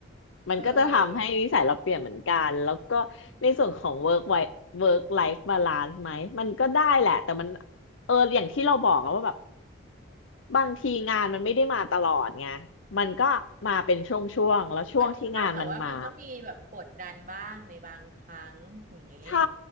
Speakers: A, on the left; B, on the right.
A: มันก็จะทำให้นิสัยเราเปลี่ยนเหมือนกัน
B: เออ
A: แล้วก็ในส่วนของ work life work life balance ไหมมันก็ได้แหละแต่มันเอออย่างที่เราบอกอะว่าแบบบางทีงานมันไม่ได้มาตลอดไงมันก็มาเป็นช่วงๆแล้วช่วงที่งานมันมา
B: ก็เท่ากับว่ามันก็มีแบบกดดันบ้างในบางครั้งอย่างเงี้ย
A: ใช่